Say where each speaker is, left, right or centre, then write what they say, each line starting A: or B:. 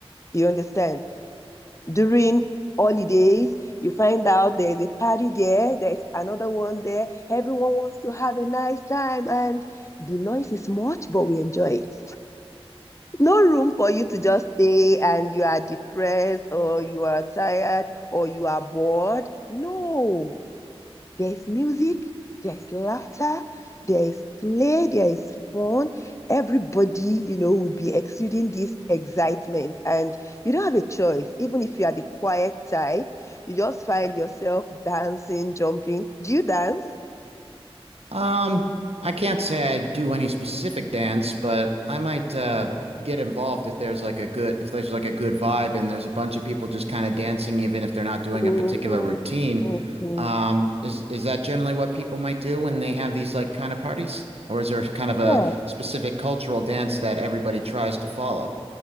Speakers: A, on the left; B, on the right.
A: you understand? During holidays, you find out there's a party there, there's another one there. Everyone wants to have a nice time, and the noise is much, but we enjoy it. No room for you to just stay and you are depressed or you are tired or you are bored. No, there's music, there's laughter, there's play, there's fun. Everybody, you know, would be exuding this excitement. And you don't have a choice. Even if you are the quiet type, you just find yourself dancing, jumping. Do you dance?
B: Um, I can't say I do any specific dance, but I might uh get involved if there's like a good if there's like a good vibe and there's a bunch of people just kind of dancing even if they're not doing
A: Mm-hmm.
B: a particular routine.
A: Mm-hmm.
B: Um, is is that generally what people might do when they have these like kind of parties? Or is there kind of a
A: Yeah.
B: specific cultural dance that everybody tries to follow?